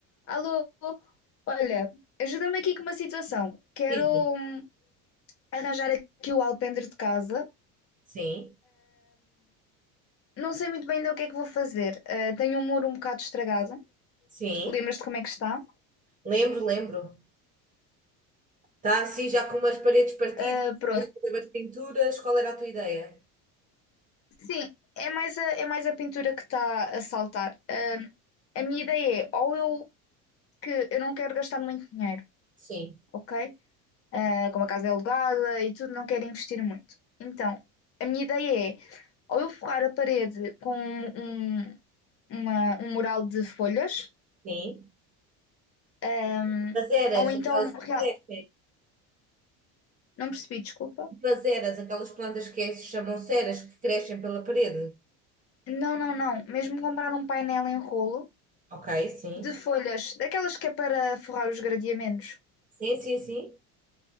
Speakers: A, on the left (about 40°); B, on the right (about 25°).
A: Alô, olha, ajuda-me aqui com uma situação. Quero
B: Sim,
A: hum, arranjar aqui o alpendre de casa.
B: sim.
A: Não sei muito bem ainda o que é que vou fazer. Ah, tenho um muro um bocado estragado.
B: sim.
A: Lembras-te como é que está?
B: Lembro, lembro. Está assim já com umas paredes partidas,
A: Ah, pronto.
B: tens que fazer as pinturas. Qual era a tua ideia?
A: Sim, é mais a, é mais a pintura que está a saltar. Ah, a minha ideia é, ou eu que eu não quero gastar muito dinheiro,
B: Sim,
A: ok? Ah, como a casa é alugada e tudo, não quero investir muito. Então, a minha ideia é ou eu forrar a parede com um, um uma- um mural de folhas,
B: sim.
A: ahm,
B: As eras,
A: ou então,
B: aquelas que
A: real-
B: crescem.
A: não percebi, desculpa.
B: Tipo As eras, aquelas plantas que se chamam ceras, que crescem pela parede.
A: Não, não, não, mesmo comprar um painel em rolo
B: Ok, sim.
A: de folhas, daquelas que é para forrar os gradeamentos,
B: Sim, sim, sim.